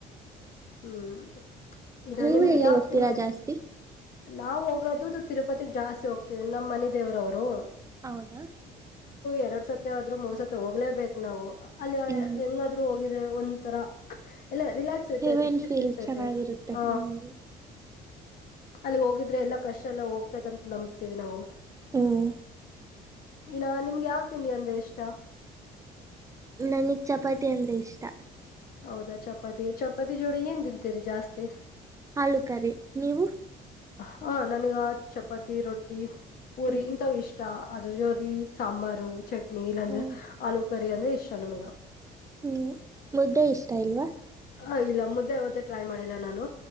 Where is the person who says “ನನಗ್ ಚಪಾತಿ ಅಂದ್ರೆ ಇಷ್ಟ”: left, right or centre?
Right